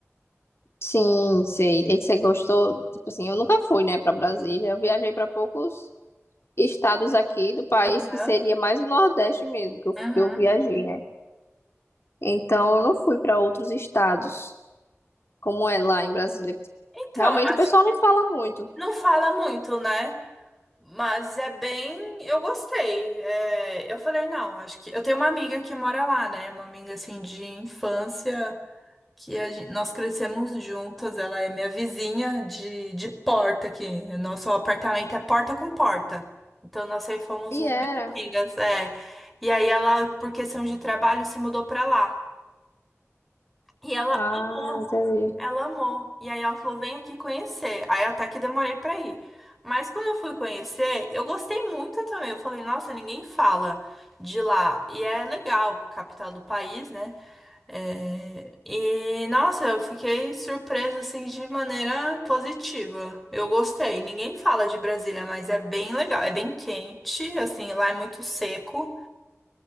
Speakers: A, on the left (about 60°); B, in the centre.
A: Sim, sei. E você gostou? Tipo assim, eu nunca fui, né, para Brasília. Eu viajei para poucos estados aqui do país,
B: Né?
A: que seria mais o Nordeste mesmo, que eu,
B: Uhum.
A: que eu viajei, né? Então, eu não fui para outros estados. como é lá em Brasília.
B: Então,
A: Realmente
B: eu acho
A: o pessoal
B: que
A: não fala muito.
B: não fala muito, né? Mas é bem. Eu gostei. É, Eu falei, não, acho que. Eu tenho uma amiga que mora lá, né? Uma amiga assim de infância, que a gen- nós crescemos juntas. Ela é minha vizinha de, de porta aqui. Nosso apartamento é porta com porta. Então nós sempre fomos
A: E
B: muito
A: era.
B: amigas. É. E aí ela, por questão de trabalho, se mudou pra lá. E ela
A: Ah,
B: amou
A: entendi.
B: ela amou. E aí ela falou: vem aqui conhecer. Aí até que demorei pra ir. Mas quando eu fui conhecer, eu gostei muito também. Eu falei: nossa, ninguém fala de lá. E é legal, capital do país, né? É, E nossa, eu fiquei surpresa assim de maneira positiva. Eu gostei. Ninguém fala de Brasília, mas é bem legal. É bem quente, assim, lá é muito seco.